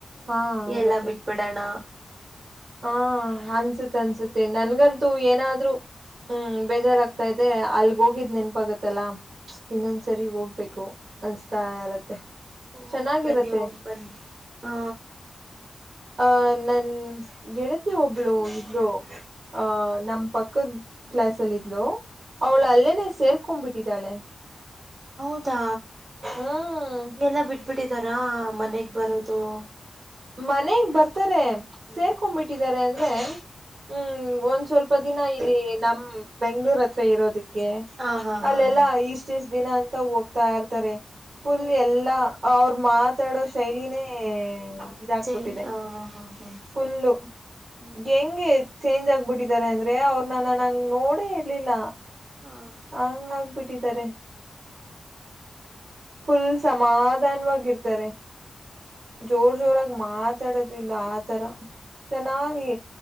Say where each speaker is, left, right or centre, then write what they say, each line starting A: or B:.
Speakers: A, on the right; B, on the right.
A: ಹಾ ಆಗತ್ತೆ
B: ಎಲ್ಲ ಬಿಟ್ ಬಿಿಡೋಣ
A: ಹಾ ಅನ್ಸತ್ ಅನ್ಸತ್ತ ನನ್ಗಂತ ಏನಾದ್ರು ಹ್ಮ್ ಬೇಜಾರಾಗ್ತಾ ಇದೆ ಅಲ್ ಹೋಗಿದ್ ನೆನ್ಪಾಗತ್ತಲ್ಲಾ ಇನ್ನೊಂದ್ಸರಿ ಹೋಗ್ಬೇಕು ಅನ್ಸ್ತಾ ಇರತ್ತೆ
B: ಹಓ
A: ಚೆನ್ನಾಗಿರತ್ತೆ
B: ಬನ್ನಿ ಹೋಗ್ ಬನ್ನಿ ಹಾ
A: ಅಹ ನನ್ ಗೆಳತಿ ಒಬ್ಳು ಇದರು
B: ಹ್ಮ್
A: ಅಹ ನಮ ಪಕ್ಕ ಕ್ಲಾಸ್ ಅಲ್ಲ ಇದ್ಲು ಅವಳ
B: ಹ
A: ಅಲ್ಲೇನೆ ಸೇರ್ಕೊಂಡ್ಬಿಟ್ಟಿದ್ದಾಳೆ
B: ಹೌದಾ
A: ಹ್ಮ್
B: ಎಲ್ಲ ಬಿಟ್ಟು ಬಿಿಟ್ಟಿದಾರಾ ಮನೆಗ್ ಬರೋದು
A: ಮನಗ್ ಬರ್ತಾರೆ
B: ಹ್ಮ್
A: ಸೇರ್ಕೊಂಡ್ಬಿಟ್ಟಿದಿದ್ದಾರೆ ಅಂದ ಅ್ರೆ ಹ್ಮ್ ಒಂದ್ ಸ್ವಲ್ಪ ದಿನ ಇಲ್ಲಿ ನಮ್ ಬೆಂಗ್ಳೂರ್ ಹತ್ರ ಇರೋದಕ್ಕೆ
B: ಹ ಹಾ
A: ಅಲ್ಲೆಲ್ಲಾ
B: ಹಾ ಹಾ
A: ಇಷ್ಟ ಇಷ್ಟ ದಿನ ಅಂತ ಹೋಗ್ತಾ ಇರ್ತಾರೆ ಫುಲ್
B: ಓ
A: ಎಲ್ಲಾ ಅವ್ರ ಮಾತಾಡೋ ಶೈಲಿನೇ ಇದಾಕ್ಬಿಟ್ಟಿದೆ
B: ಚೈನ್ ಹ ಹ ಹ ಹ
A: ಫುಲ್ಲು
B: ಹ್ಮ್
A: ಹೆಂಗೆ ಚೇಂಜ್ ಆಗ್ಬಿಟ್ಟಿದ್ದಾರೆ ಅಂದ್ರೆ ಅವ್ರನ್ನ ನನ್ ಹಂಗ ನೋಡೇ ಇರ್ಲಿಲ್ಲ
B: ಹಾ
A: ಹಂಗ ಬಿಟ್ಟಿದ್ದಾರೆ ಫುಲ್ ಸಮಾಧಾನವಾಗಿ ಹಿರ್ತಾರೆ ಜೋರ್ ಜೋರಾಗಿ ಮಾತಾಡದು್ ಇಲ್ಲ ಆತರ ಚೆನ್ನಾಗಿ